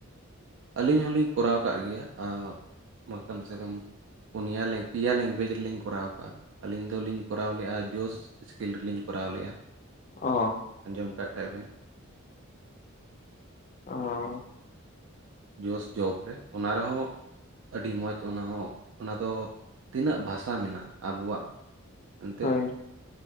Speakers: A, on the right; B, on the left.
A: ᱟᱹᱞᱤᱧ ᱦᱚᱞᱤᱧ ᱠᱚᱨᱟᱣ ᱠᱟᱜ ᱜᱮᱭᱟ ᱟ ᱢᱟ ᱠᱟᱢ ᱥᱮ ᱠᱟᱢ ᱯᱳᱱᱭᱟ ᱯᱮᱝ ᱯᱮᱭᱟ ᱞᱮᱝᱜᱩᱭᱮᱡᱽ ᱨᱮᱞᱤᱧ ᱠᱚᱨᱟᱣ ᱠᱟᱜᱼᱟ, ᱟᱹᱞᱤᱧ ᱫᱚᱞᱤᱧ ᱠᱚᱨᱟᱣ ᱞᱮᱜᱼᱟ ᱡᱳᱥ ᱥᱠᱤᱞ ᱨᱮᱞᱤᱧ ᱠᱚᱨᱟᱣ ᱞᱮᱜᱼᱟ ᱾
B: ᱚ ᱾
A: ᱟᱸᱡᱚᱢ ᱠᱟᱜ ᱠᱷᱟᱡ ᱵᱮᱱ ᱾
B: ᱦᱚᱸ ᱾
A: ᱡᱳᱥ ᱡᱚᱵ ᱨᱮ ᱚᱱᱟ ᱨᱮᱦᱚᱸ ᱟᱹᱰᱤ ᱢᱚᱡᱽ ᱚᱱᱟ ᱦᱚᱸ ᱚᱱᱟ ᱫᱚ ᱛᱤᱱᱟᱹᱜ ᱵᱷᱟᱥᱟ ᱢᱮᱱᱟᱜᱼᱟ ᱟᱵᱚᱣᱟᱜ ᱮᱱᱛᱮ
B: ᱦᱳᱭ